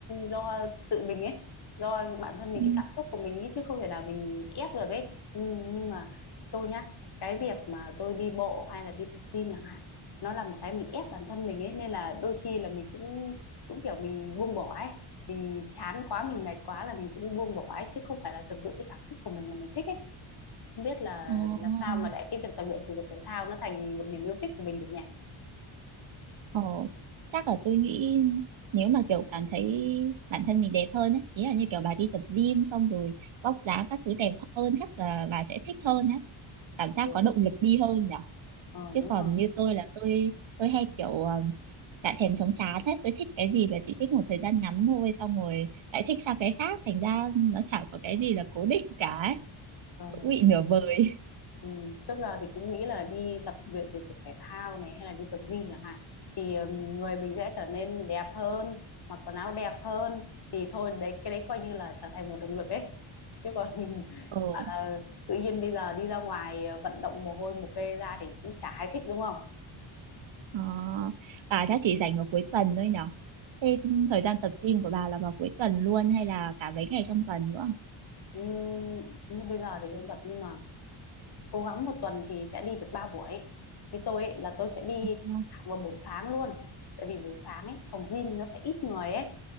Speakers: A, on the left; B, on the right.
A: do tự mình ấy, do bản thân mình
B: ừ.
A: cái cảm xúc của mình ấy chứ không thể là mình ép được ấy. Nhưng, nhưng mà tôi nhá, cái việc mà tôi đi bộ hay là đi tập gym chẳng hạn, nó là một cái mình ép bản thân mình ấy nên là đôi khi là mình cũng cũng kiểu mình buông bỏ ấy, mình chán quá, mình mệt quá là mình cũng buông bỏ ấy chứ không phải là thực sự cái cảm xúc của mình là mình thích ấy. Không biết là
B: Ồ,
A: làm sao mà để cái việc tập luyện thể dục thể thao nó thành một niềm yêu thích của mình được nhỉ?
B: ồ, chắc là tôi nghĩ nếu mà kiểu cảm thấy bản thân mình đẹp hơn ấy, ý là như kiểu bà đi tập gym xong rồi vóc dáng các thứ đẹp hơn chắc là bà sẽ thích hơn ấy. Cảm giác
A: Ừ,
B: có động lực đi hơn nhở.
A: ờ,
B: Chứ
A: đúng
B: còn
A: rồi.
B: như tôi là tôi tôi hay kiểu ờ, cả thèm chóng chán ấy, tôi thích cái gì là chỉ thích một thời gian ngắn thôi xong rồi lại thích sang cái khác thành ra nó chẳng có cái gì là cố định cả ấy.
A: Ờ.
B: Cũng bị nửa vời. <laughs>
A: Ừ, trước giờ thì cũng nghĩ là đi tập luyện thể dục thể thao này hay là đi tập gym chẳng hạn thì ừm, người mình sẽ trở nên đẹp hơn mặc quần áo đẹp hơn thì thôi đấy cái đấy coi như là trở thành một động lực ấy chứ còn <laughs>
B: Ờ
A: bảo là tự nhiên bây giờ đi ra ngoài ờ, vận động mồ hôi mồ kê ra thì cũng chả ai thích đúng không
B: Ờ, bà chắc chỉ rảnh vào cuối tuần thôi nhở? Thế thời gian tập gym của bà là vào cuối tuần luôn hay là cả mấy ngày trong tuần nữa?
A: Ừm, như bây giờ thì không tập nhưng mà cố gắng một tuần thì sẽ đi được 3 buổi như tôi ấy, là tôi sẽ đi
B: Ờ,
A: thẳng vào buổi sáng luôn tại vì buổi sáng ấy phòng gym nó sẽ ít người ấy